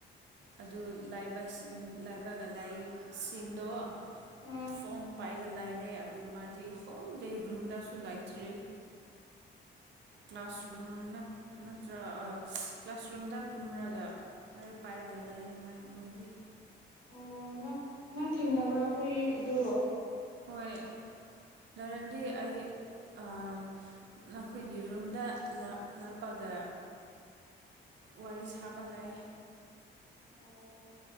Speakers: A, on the right; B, on the left.
A: ꯑꯗꯨ ꯂꯥꯏꯕꯁꯤꯡ ꯂꯥꯏꯕꯒ ꯂꯥꯏꯁꯤꯡꯗꯣ
B: ꯑꯥ
A: ꯐꯣꯝ ꯄꯥꯏꯒ ꯂꯥꯏꯔꯦ ꯑꯗꯨ ꯃꯥꯗꯤ ꯍꯣꯜ ꯗꯦ ꯔꯨꯝꯗꯁꯨ ꯂꯩꯇ꯭ꯔꯤ ꯀ꯭ꯂꯥꯁꯔꯨꯝ ꯅꯠꯇ ꯅꯠꯇ꯭ꯔ ꯀ꯭ꯂꯥꯁꯔꯨꯝꯗ ꯀꯨꯝꯔꯒ ꯈꯔꯦ ꯄꯥꯏꯔꯒ ꯂꯩꯌꯦ ꯃꯥꯏ ꯃꯣꯏꯗꯤ
B: ꯑꯣ ꯅ ꯅꯪ ꯊꯦꯡꯅꯕ꯭ꯔꯥ ꯑꯩꯈꯣꯏꯒꯤꯗꯨ
A: ꯍꯣꯏ ꯔꯦꯟꯗꯤ ꯑꯩ ꯑꯥ ꯅꯈꯣꯏꯒꯤ ꯔꯨꯝꯗ ꯂꯥꯛꯄꯒ ꯋꯥꯔꯤ ꯁꯥꯕ ꯂꯩꯥꯏ
B: ꯑꯣ